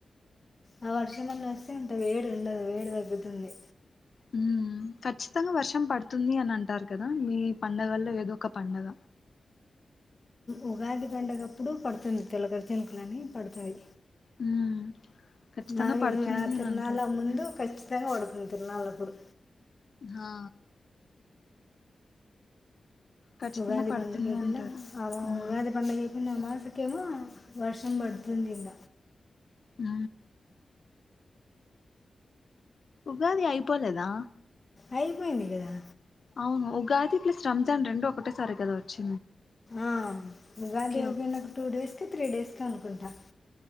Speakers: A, on the left; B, on the left.
A: ఆ వర్షమని వస్తే ఇంత వేడి ఉండదు వేడి తగ్గుతుంది
B: ఉమ్ ఖచ్చితంగా వర్షం పడుతుంది అని అంటారు కదా మీ పండగల్లో ఏదో ఒక పండగ
A: ఉగాది పండగప్పుడు పడుతుంది తొలకరి చినుకులని పడుతుంది
B: ఉమ్ ఖచ్చితంగా
A: మగ
B: పడుతుంది
A: ఏంకా తరునాల
B: అని అంటారు
A: ముందు క కచ్చితంగా వడుకుంది తురునాలప్పుడు
B: హా ఖచ్చితంగా
A: ఉగాది
B: పడుతుంది
A: పండు కేపైన
B: అంటారు
A: అ
B: ఉమ్
A: ఉగాది పండుగ అయిపోయిన అమాస ఓకేమ వర్షం పడుతుందింద
B: ఆ ఉగాది అయిపోలేదా
A: అయిపోయిందికదా
B: అవును ఉగాది ప్లస్ రంజాన్ రెండు ఒకటే సారి కదా వచ్చి
A: ఆ ఉగాది అయిపోయిన
B: ఓకే
A: టు డేస్ కి త్రీ డేస్ కి అనుకుంటా